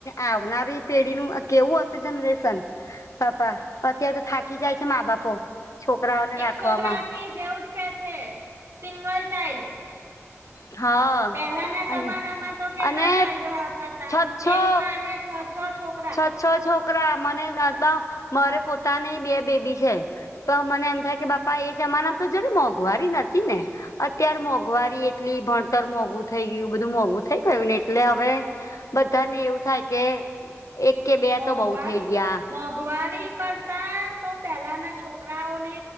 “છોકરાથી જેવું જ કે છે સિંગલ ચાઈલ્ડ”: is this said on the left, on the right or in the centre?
Right